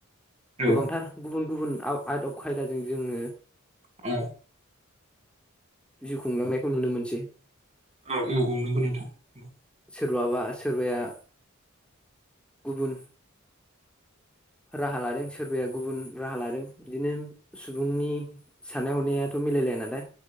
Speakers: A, on the right; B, in the centre.
A: औ
B: गोबांथार गुबुन गुबुन आइट अफ खायदाजों जोङो
A: औ
B: जिउ खुंलांनायखौ नुनो मोनसै
A: औ औ औ नंगौ नोंथांं औ
B: सोरबाबा सोरबाया गुबुन राहा लादों सोरबाया गुबुन राहा लादों बिदिनो सुबुंनि साननाय हनायाथ' मिलायलाया नालाय